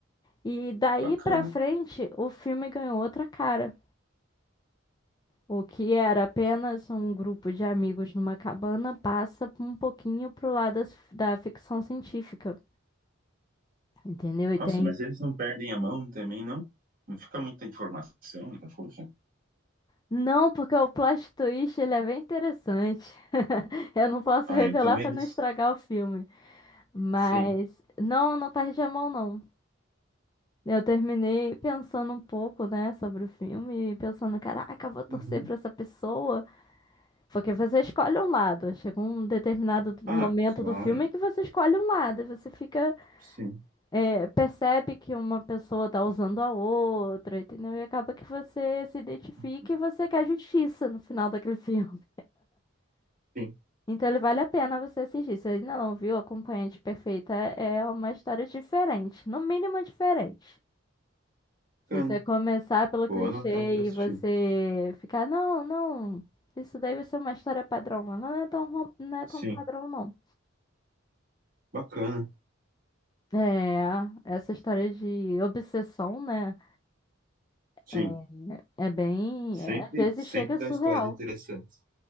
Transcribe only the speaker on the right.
Bacana.
Nossa,
mas eles não perdem a mão também, não? Não fica muita informação, muita força?
Ah,
então
eles.
Sim.
Uhum.
Ah, claro.
Sim.
Uhum.
Sim.
Bacana.
Vou
anotar para assistir.
Sim.
Bacana.
Sim.
Sempre,
sempre
dá
histórias interessantes.